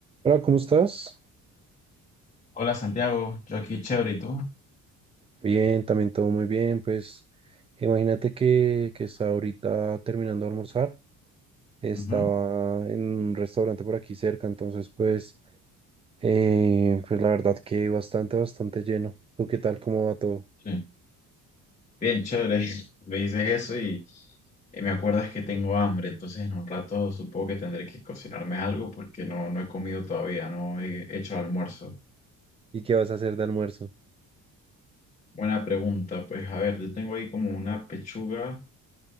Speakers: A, on the right; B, on the left.
A: Hola, ¿cómo estás?
B: Hola Santiago, yo aquí chévere, ¿y tú?
A: Bien, también todo muy bien. Pues imagínate que, que estaba ahorita terminando de almorzar. Estaba
B: Ujú,
A: en un restaurante por aquí cerca, entonces pues, eh, pues la verdad que bastante, bastante lleno. ¿Tú qué tal? ¿Cómo va todo?
B: sí. Bien, chévere. <laughs> Me dices eso y, y me acuerdas que tengo hambre, entonces en un rato supongo que tendré que cocinarme algo porque no, no he comido todavía, no he hecho el almuerzo.
A: ¿Y qué vas a hacer de almuerzo?
B: Buena pregunta, pues a ver, yo tengo ahí como una pechuga